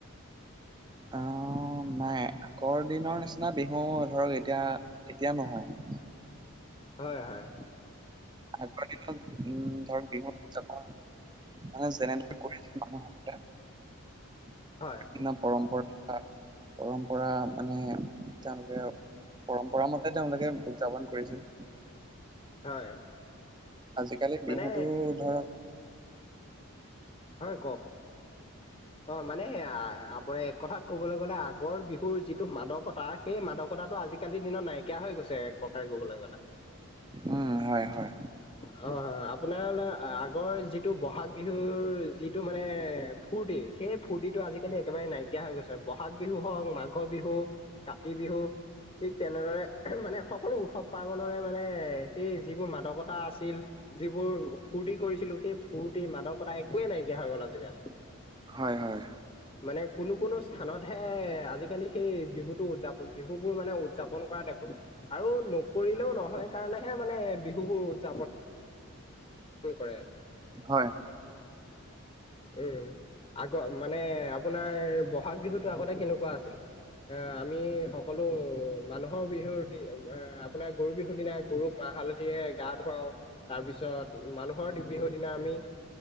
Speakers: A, on the right; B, on the left.
A: অ' নাই। আগৰ দিনৰ নিচিনা বিহু ধৰক, এতিয়া এতিয়া নহয়।
B: হয় হয়।
A: আগৰ দিনত উম ধৰক বিহুত উতযাপন মানে যেনে কৰিছে মানুহসকলে বিভিন্ন
B: হয়
A: পৰম্পৰা পৰম্পৰা মানে তেওঁলোকে পৰম্পৰা মতে তেওঁলোকে উদযাপন কৰিছিল।
B: হয়।
A: আজিকালি
B: মানে
A: বিহুতো ধৰক
B: হয়, কওঁক।
A: <inaudible>
B: অ', মানে আপোনাৰ এক কথাত ক'বলৈ গ'লে আগৰ বিহুৰ যিটো মাদকতা সেই মাদকতাটো আজিকালিৰ দিনত নাইকিয়া হৈ গৈছে এক প্ৰকাৰে ক'বলৈ গলে।
A: উম, হয় হয়।
B: অ', আপোনাৰ আগৰ যিটো বহাগ বিহুৰ যিটো মানে ফূৰ্তি সেই ফূৰ্তিটো আজিকালি একেবাৰে নাইকিয়া হৈ গৈছে, বহাগ বিহু হওক মাগ মাঘ বিহু, কাতি বিহু ঠিক তেনেদৰে মানে সক সকলো উৎসৱ পাৰ্বণৰে মানে সেই যিবোৰ মাদকতা আছিল। যিবোৰ ফূৰ্তি কৰিছিলো, সেই ফূৰ্তি, মাদকতা একোৱেই নাইকিয়া হৈ গ'ল আজিকালি।
A: হয় হয়।
B: মানে কোনো কোনো স্থানত হে আজিকালি সেই বিহুতটো উদযাপন বিহু বোৰ মানে উ উদযাপন কৰা দেখো আৰু নকৰিলেও নহয় কাৰণেহে মানে বিহু বোৰ উদযাপন পন কৰে।
A: হয়।
B: উম, আগৰ মানে আপোনাৰ বহাগ বিহুতটো আগতে কেনেকুৱা আছিল। এ আমি সকলো মানুহৰ বিহুত আপোনাৰ গৰু বিহুৰ দিনা গৰুক মাহ হালধিৰে গা ধুৱাও। তাৰপিছত মানুহৰ বিহুৰ দিনা আমি